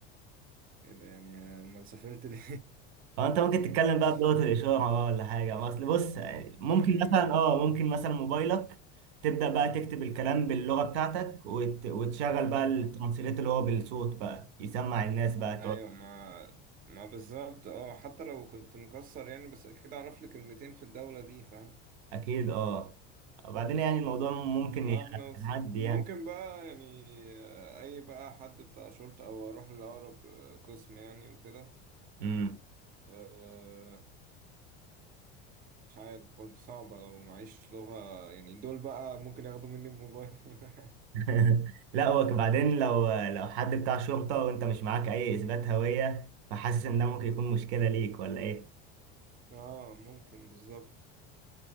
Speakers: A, on the right; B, on the right.
A: ايه ده يعني آه، امال سافرت ليه
B: اه انت ممكن تتكلم
A: <laughs>
B: بقى بلغة الإشارة بقى ولا حاجة ما اصل بص يعني ممكن
A: لا،
B: مثلا
A: يعني
B: اه ممكن مثلا موبايلك تبدأ بقى تكتب الكلام باللغة بتاعتك وت... وتشغل بقى الترانسليت اللي هو بالصوت بقى يسمع الناس بقى تقعد
A: ايوه ما ما بالظبط اه حتى لو كنت مكسر يعني بس اكيد اعرف لي كلمتين في الدولة دي فاهم
B: أكيد اه وبعدين يعني الموضوع ممكن
A: نعرف نوصل
B: يعدي
A: ممكن
B: يعني
A: بقى يعني آه، أي بقى حد بتاع شرطة أو أروح لأقرب آه، قسم يعني وكده
B: امم
A: آه، مش عارف برضه صعبة لو معيش لغة يعني دول بقى ممكن ياخدوا مني الموبايل <laughs>
B: <laughs> لا هو بعدين لو لو حد بتاع شرطة وانت مش معاك أي إثبات هوية فحاسس إن ده ممكن يكون مشكلة ليك ولا إيه؟
A: اه ممكن بالظبط